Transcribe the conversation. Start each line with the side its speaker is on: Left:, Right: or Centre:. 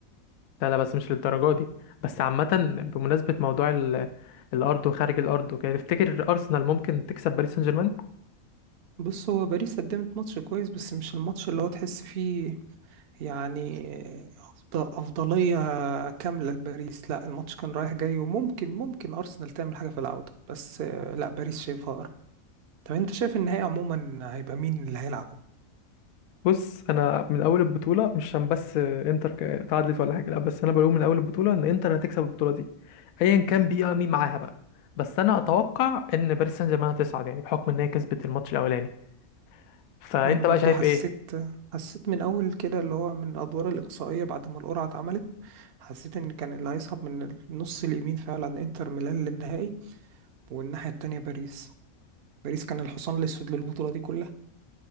Left: لا لا بس مش للدرجه دي بس عامه بمناسبه موضوع ال... الارض وخارج الارض وكده تفتكر ارسنال ممكن تكسب باريس سان جيرمان
Right: بص هو باريس قدمت ماتش كويس بس مش الماتش اللي هو تحس فيه يعني أفض- أفضلية كاملة لباريس لا الماتش كان رايح جاي وممكن ممكن أرسنال تعمل حاجة في العودة بس آه، لا باريس شايفها أقرب طب أنت شايف النهائي عموما هيبقى مين اللي هيلعبه؟
Left: بص انا من اول البطوله مش عشان بس انتر ك- تعادلت ولا حاجه لا بس انا بقول من اول البطوله ان انتر هتكسب البطوله دي ايا كان بيها مين معاها بقى بس انا اتوقع ان باريس سان جيرمان هتصعد يعني بحكم ان هي كسبت الماتش الاولاني فانت
Right: وأنا برضو
Left: بقى شايف
Right: حسيت
Left: ايه
Right: حسيت من أول كده اللي هو من الأدوار الإقصائية بعد ما القرعة اتعملت حسيت إن كان اللي هيصعد من النص اليمين فعلا إنتر ميلان للنهائي والناحية التانية باريس باريس كان الحصان الأسود للبطولة دي كلها